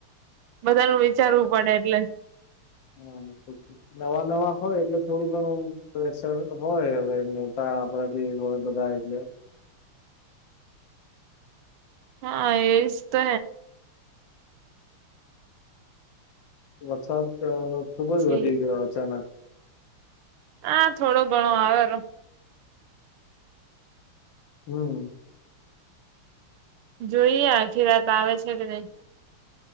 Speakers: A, on the right (about 80°); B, on the left (about 65°).
A: બધાનું વિચારવું પડે એટલે.
B: હ નવા નવા હોય એટલે થોડું ઘણું. પ્રેશર હોય હવે મોટા આપણાથી હોય બધા એટલે.
A: હા એ જ તો.
B: વરસાદ ખુબજ
A: પછી
B: વધી ગયો અચાનક.
A: હા થોડો ઘણો આવે.
B: હમ.
A: જોઈએ આખી રાત આવે છે કે નહી.